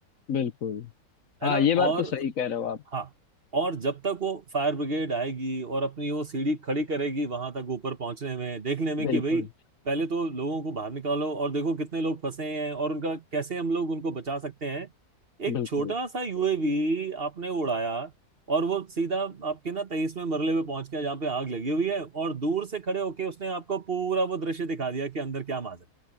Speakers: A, on the left; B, on the right.
A: बिल्कुल
B: है
A: हाँ
B: ना
A: ये बात
B: और
A: तो सही कह रहे हो आप
B: हाँ और जब तक वो फायर ब्रिगेड आएगी और अपनी वो सीढ़ी खड़ी करेगी वहां तक ऊपर पहुंचने में देखने में
A: बिल्कुल
B: कि भाई पहले तो लोगों को बाहर निकालो और देखो कितने लोग फंसे हैं और उनका कैसे हम लोग उनको बचा सकते हैं एक
A: बिल्कुल
B: छोटा सा यूएवी आपने उड़ाया और वो सीधा आपके ना 23वें मरले पे पहुंच गया जहाँ पे आग लगी हुई है और दूर से खड़े होके उसने आपको पूरा वो दृश्य दिखा दिया कि अंदर क्या माजरा है।